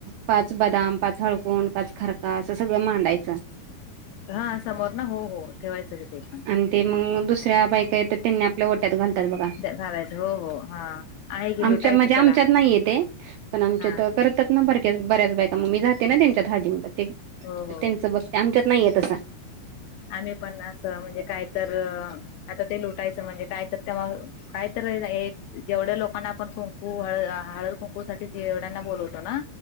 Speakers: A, on the right; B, on the left.
A: पाच बदाम पाच हळकण पाच खरका असं सगळं मांडायचं
B: <unintelligible> हा समोर ना हो हो ठेवायचंच ते पण
A: आणि ते मग दुसऱ्या बायका येतात त्यांनी आपल्या ओट्यात घालतात बघा
B: घालायचं हो हो हा आहे की
A: आमच्या
B: लुटायच
A: म्हणजे
B: त्याला
A: आमच्यात नाहीये ते पण आमच्या
B: हा
A: तर करतात ना भरक्या बऱ्याच बायका मम्मीी जाते ना त्यांच्या धादी
B: हो हो
A: त्यांच बघ ते आमच्यात नाहीय तं
B: आम्ही पण असं म्हणजे काय तर आता ते लुटायच म्हणजे काय तर तेव काय तर जेवढ्या लोकांना आपण कुंकू हळ हळद कुंकू साठी जेवढ्यांना बोलवतो ना